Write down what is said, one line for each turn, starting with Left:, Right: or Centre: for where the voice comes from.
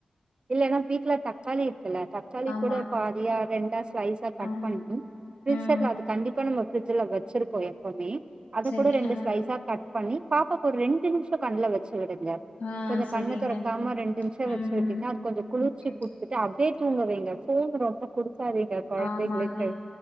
Right: இல்லனா வீட்ல தக்காளி இருக்குல்ல தக்காளி
Left: ஆமா.
Right: கூட பாதியா ரெண்டா ஸ்லைஸ் வா கட்
Left: ஆ.
Right: பண்ணி ஃப்ரீசர்ல
Left: ம்.
Right: அது கண்டிப்பா நம்ம ஃப்ரிட்ஜ்ல வச்சிருப்போ எப்பமே அதக்
Left: சரி.
Right: கூட ரெண்டு
Left: ஆ.
Right: ஸ்லைஸா கட் பண்ணி பாப்பாக்கு ஒரு ரெண்டு நிம்ஷ கண்ல வெச்சு விடுங்க
Left: ஆ
Right: கொஞ்ச
Left: சரிங்க.
Right: கண்ண தொறக்காம ரெண்டு நிம்ஷ
Left: ம்.
Right: வெச்சு விட் டிங்னா அது கொஞ்ச குளிர்ச்சி
Left: ஓகே.
Right: குடுத்துட்டு அப்டியே தூங்கவைங்க ஃபோனு ரொம்ப குடுக்காதீங்க கொழந்தைங்களுக்கு
Left: ஆமாங்க